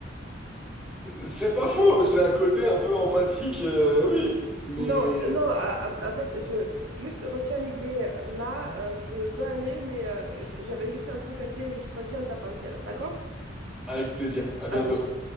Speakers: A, in the centre; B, on the right.
A: C'est pas faux, c'est un côté un peu empathique, euh, oui, mais
B: Non, euh, non, euh, en fait, je juste retiens l'idée euh, là, euh, je dois aller, mais euh, j- j'avais juste un truc à te dire, juste retiens ta pensée là, d'accord?
A: avec plaisir. À
B: À
A: bientôt.
B: de suite.